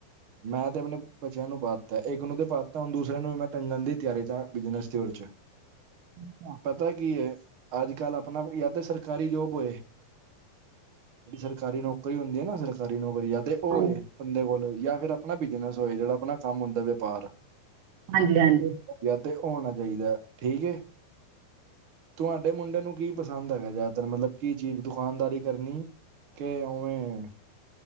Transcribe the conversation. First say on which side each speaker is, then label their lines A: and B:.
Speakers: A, on the right; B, on the right.
A: ਮੈਂ ਤੇ ਅਪਣੇ ਬੱਚਿਆਂ ਨੂੰ ਪਾਤਾ, ਇੱਕ ਨੂੰ ਤੇ ਪਾਤਾ, ਹੁਣ ਦੂਸਰੇ ਨੂੰ ਵੀ ਮੈਂ ਟੰਗਣ ਦੀ ਤਿਆਰੀ'ਚ ਆ ਬਿਜਨਸ ਦੇ ਓ'ਚ।
B: ਛਾ।
A: ਪਤਾ ਕੀ ਐ, ਅੱਜ-ਕੱਲ ਅਪਣਾ ਯਾ ਤਾ ਸਰਕਾਰੀ ਜੋਬ ਹੋਏ। ਜੇੜੀ ਸਰਕਾਰੀ ਨੌਕਰੀ ਹੁੰਦੀ ਆ ਨਾ ਸਰਕਾਰੀ ਨੌਕਰੀ, ਯਾ 'ਤੇ ਓ
B: ਹਾਂਜੀ
A: ਏ। ਬੰਦੇ ਕੋਲ ਯਾ ਫਿਰ ਅਪਣਾ ਬਿਜਨਸ ਹੋਏ, ਜਿਹੜਾ ਅਪਣਾ ਕੰਮ ਹੁੰਦਾ ਵਯਪਾਰ।
B: ਹਾਂਜੀ-ਹਾਂਜੀ।
A: ਤੇ ਹੋਣਾ ਚਾਹੀਦਾ ਠੀਕ ਏ, ਤੁਹਾਡੇ ਮੁੰਡੇ ਨੂੰ ਕੀ ਪਸੰਦ ਹੈਗਾ ਜ਼ਿਆਦਾਤਰ ਮਤਲਬ ਕੀ ਚੀਜ਼ ਦੁਕਾਨਦਾਰੀ ਕਰਨੀ, ਕਿ ਉਵੇਂ